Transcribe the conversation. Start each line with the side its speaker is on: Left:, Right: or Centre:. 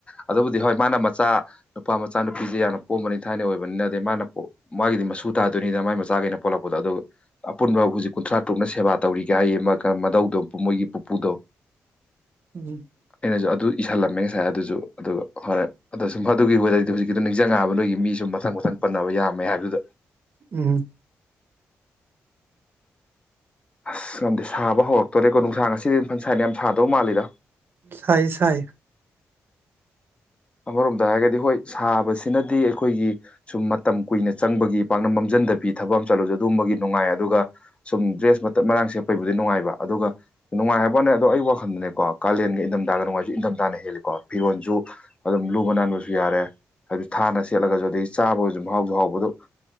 Left: ꯑꯗꯨꯕꯨꯗꯤ ꯍꯣꯏ ꯃꯥꯅ ꯃꯆꯥ ꯅꯨꯄꯥ ꯃꯆꯥ ꯅꯨꯄꯤꯁꯦ ꯌꯥꯝꯅ ꯄꯣꯝꯕꯅꯤ ꯊꯥꯏꯅ ꯑꯣꯏꯕꯅꯤꯅ ꯗꯩ ꯃꯥꯅ ꯃꯥꯒꯤꯗꯤ ꯃꯁꯨ ꯇꯥꯗꯣꯏꯅꯤꯗꯅ ꯃꯥꯏ ꯃꯆꯥ ꯒꯩꯅ ꯄꯂꯛꯄꯗꯣ ꯑꯗꯨ ꯑꯄꯨꯟꯕ ꯍꯧꯖꯤꯛ ꯀꯨꯟꯊ꯭ꯔꯥ ꯇꯔꯨꯛꯅ ꯁꯦꯕꯥ ꯇꯧꯔꯤꯒ ꯍꯥꯏꯌꯦ ꯑꯃ ꯃꯙꯧꯗꯣ ꯃꯣꯏꯒꯤ ꯄꯨꯄꯨꯗꯣ
Right: ꯎꯝ
Left: ꯑꯩꯁꯨ ꯑꯗꯨ ꯏꯁꯤꯜꯂꯝꯃꯦ ꯉꯁꯥꯏ ꯑ ꯑꯗꯨꯁꯨ ꯑꯗꯨꯒ <unintelligible> ꯑꯗ ꯑꯗꯨꯒꯤ ꯑꯣꯏꯔꯗꯤ ꯍꯧꯖꯤꯛꯀꯤ ꯑꯗꯨꯣ ꯅꯤꯡꯁꯤꯡꯉꯛꯑꯕ ꯅꯣꯏꯒꯤ ꯃꯤꯁꯨ ꯃꯊꯪ ꯃꯊꯪ ꯄꯟꯅꯕ ꯌꯥꯝꯃꯦ ꯍꯥꯏꯕꯗꯨꯗ
Right: ꯎꯝ
Left: ꯑꯁ ꯉꯝꯗꯤꯦ ꯁꯥꯕ ꯍꯧꯔꯛꯇꯣꯔꯦꯀꯣ ꯅꯨꯡꯁꯥꯡ ꯑꯁꯤ ꯁꯥꯏꯠ ꯌꯥꯝ ꯁꯥꯗꯧ ꯃꯥꯜꯂꯤꯗ
Right: ꯁꯥꯏ ꯁꯥꯏ
Left: ꯑꯃꯔꯣꯝꯗ ꯍꯥꯏꯔꯒꯗꯤ ꯍꯣꯏ ꯁꯥꯕꯁꯤꯅꯗꯤ ꯑꯩꯈꯣꯏꯒꯤ ꯁꯨꯝ ꯃꯇꯝ ꯀꯨꯏꯅ ꯆꯪꯕꯒꯤ ꯄꯥꯛꯅ ꯃꯝꯖꯟꯗꯕꯤ ꯊꯕꯛ ꯑꯃ ꯆꯠꯂꯖꯨ ꯑꯗꯨꯒꯝꯕꯒꯤ ꯅꯨꯡꯉꯥꯏ ꯑꯗꯨꯒ ꯁꯨꯝ ꯗ꯭ꯔꯦꯁ ꯃꯇꯠ ꯃꯔꯥꯡ ꯁꯦꯠꯄꯩꯕꯨꯗꯤ ꯅꯨꯡꯉꯥꯏꯕ ꯑꯗꯨꯒ ꯅꯨꯡꯉꯥꯏ ꯍꯥꯏꯕ ꯋꯥꯅꯦ ꯑꯗꯣ ꯑꯩ ꯋꯥꯈꯟꯗꯅꯦꯀꯣ ꯀꯥꯂꯦꯟꯒ ꯏꯟꯊꯝꯊꯒ ꯅꯨꯡꯉꯥꯏꯕꯁꯨ ꯏꯟꯊꯝꯊꯥꯅ ꯍꯦꯜꯂꯤꯀꯣ ꯐꯤꯔꯣꯟꯁꯨ ꯑꯗꯨꯝ ꯂꯨꯕ ꯅꯥꯟꯕꯁꯨ ꯌꯥꯔꯦ ꯍꯥꯏꯗꯤ ꯊꯥꯅ ꯁꯦꯠꯂꯒꯁꯨ ꯑꯗꯨꯗꯒꯤ ꯆꯥꯕꯒꯁꯨ ꯃꯍꯥꯎꯁꯨ ꯍꯥꯎꯕꯗꯨ